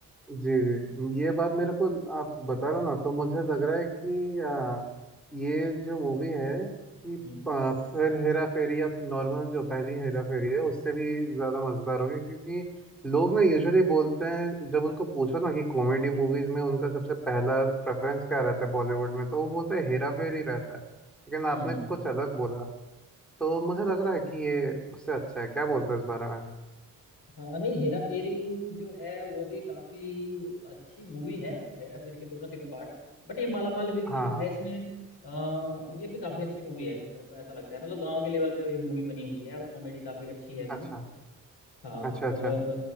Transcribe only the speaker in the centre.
जी जी ये बात मेरे को आप बता रहे हो ना तो मुझे लग रहा है कि आ, ये जो मूवी है कि
आ, फिर हेरा फेरी या नॉर्मल जो पहली हेरा फेरी है उससे भी ज़्यादा मज़ेदार होगी क्योंकि लोग ना यूजुअली बोलते हैं जब उनको पूछो ना कि कॉमेडी मूवीज़ में उनका सबसे पहला प्रेफरेंस क्या रहता है बॉलीवुड में तो वो बोलते हैं हेरा फेरी रहता है लेकिन आपने
कुछ अलग बोला तो मुझे लग रहा है कि ये उससे अच्छा है क्या बोलते हो इस बारे में
हाँ
हाँ
अच्छा
अच्छा अच्छा